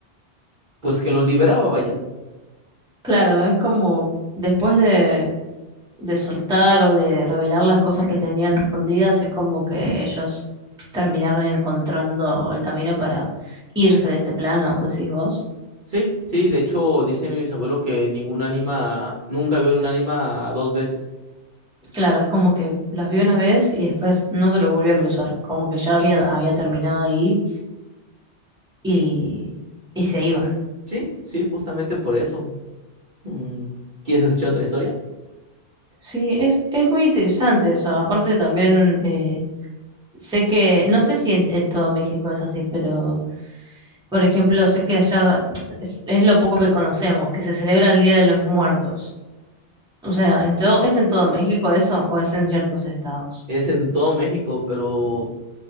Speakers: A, on the right; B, in the centre.
A: pues, que los liberaba, vaya.
B: Claro, es como después de, de soltar o de revelar las cosas que tenían escondidas, es como que ellos terminaron encontrando el camino para irse de este plano, decís vos.
A: Sí, sí, de hecho dice mi bisabuelo que ningún ánima, nunca vio un ánima dos veces.
B: Claro, es como que los vio una vez y después no se los volvió a cruzar, como que ya había, había terminado ahí y, y se iba.
A: Sí, sí, justamente por eso. Mm, ¿Quieres escuchar otra historia?
B: Sí, es, es muy interesante eso. Aparte también eh, sé que, no sé si en en todo México es así, pero... Por ejemplo, sé que allá es, es lo poco que conocemos, que se celebra el Día de los Muertos. O sea, en todo, ¿es en todo México eso o es en ciertos estados?
A: Es en todo México, pero